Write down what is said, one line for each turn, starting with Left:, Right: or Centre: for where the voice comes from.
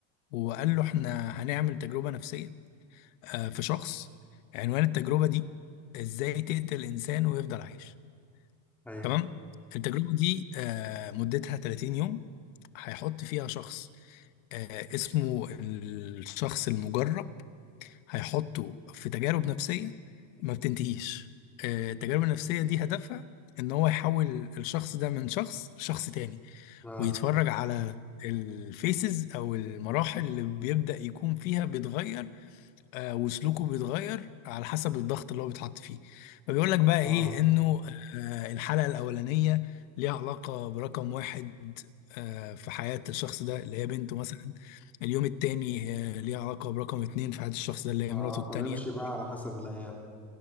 Left: وقال له احنا هنعمل تجربة نفسية آه، في شخص عنوان التجربة دي ازاي تقتل إنسان ويفضل عايش
Centre: ايوه
Left: تمام التجربة دي آه، مدتها 30 يوم هيحط فيها شخص آه، اسمه الشخص المجرب هيحطوا في تجارب نفسية ما بتنتهيش آه، التجارب النفسية دي هدفها ان هو يحول الشخص ده من شخص لشخص تاني
Centre: اه
Left: ويتفرج على الفيسز او المراحل اللي بيبدأ يكون فيها بيتغير آه، وسلوكه بيتغير على حسب الضغط اللي هو بيتحط فيه فبيقول لك بقى
Centre: اه
Left: ايه انه آه، الحلقة الأولانية ليها علاقة برقم واحد آه، في حياة الشخص ده اللي هي بنته مثلا اليوم التاني آه، ليها علاقة برقم اتنين في حياة الشخص ده اللي
Centre: اه
Left: هي مراته التانية
Centre: فبيمشي بقى على حسب الايام